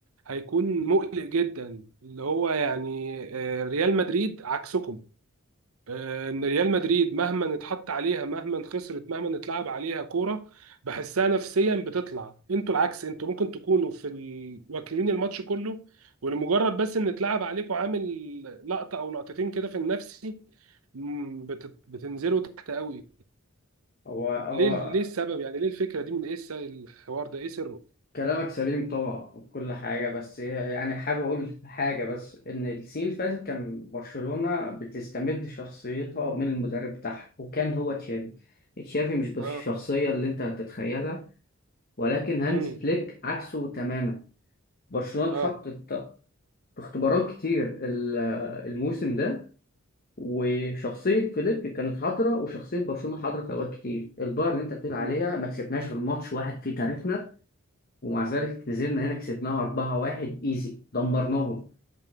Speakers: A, on the right; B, on the left.
A: هيكون مقلق جدا اللي هو يعني آه، ريال مدريد عكسكم آه، ان ريال مدريد مهما اتحط عليها مهما خسرت مهما اتلعب عليها كوره بحسها نفسيا بتطلع انتوا العكس انتوا ممكن تكونوا في ال... واكلين الماتش كله ولمجرد بس ان اتلعب عليكم عامل لقطه او لقطتين كده في النفسي مم، بت... بتنزلوا تحت قوي
B: هو هو
A: ليه ليه السبب يعني ليه الفكره دي من ايه الس- الحوار ده ايه سره
B: كلامك سليم طبعا وكل حاجة بس يعني حابب أقول حاجة بس إن السنين اللي فاتت كان برشلونة بتستمد شخصيتها من المدرب بتاعها وكان هو تشافي تشافي مش بس
A: اه
B: الشخصية اللي أنت هتتخيلها ولكن هانز
A: امم
B: فليك عكسه تماما برشلونة
A: اه
B: اتحطت في اختبارات كتير ال- الموسم ده وشخصية فليك كانت حاضرة وشخصية برشلونة حاضرة في أوقات كتير البايرن اللي أنت بتقول عليها
A: مم.
B: ما كسبناش غير ماتش واحد في تاريخنا ومع ذلك نزلنا هنا كسبناها 4-1 ايزي دمرناهم